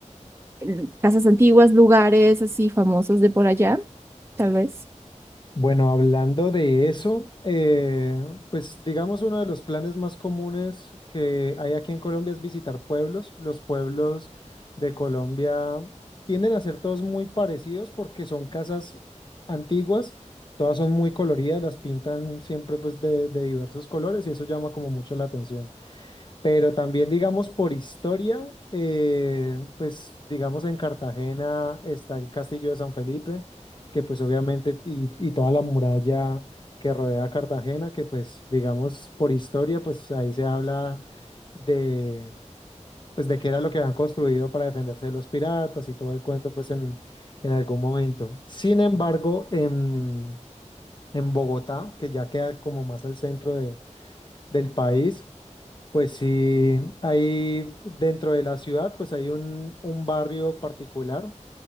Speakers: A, on the right (about 20°); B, on the left (about 40°).
A: eh, casas antiguas, lugares así famosos de por allá, tal vez.
B: Bueno, hablando de eso, eh, pues digamos uno de los planes más comunes que hay aquí en Colombia es visitar pueblos. Los pueblos de Colombia tienden a ser todos muy parecidos porque son casas antiguas, todas son muy coloridas, las pintan siempre pues de, de diversos colores y eso llama como mucho la atención. Pero también, digamos, por historia, eh, pues, digamos, en Cartagena está el Castillo de San Felipe, que pues obviamente, y, y toda la muralla que rodea a Cartagena, que pues, digamos, por historia, pues ahí se habla de, pues, de qué era lo que habían construido para defenderse de los piratas y todo el cuento, pues, en, en algún momento. Sin embargo, en, en Bogotá, que ya queda como más al centro de, del país, pues sí, hay dentro de la ciudad, pues hay un, un barrio particular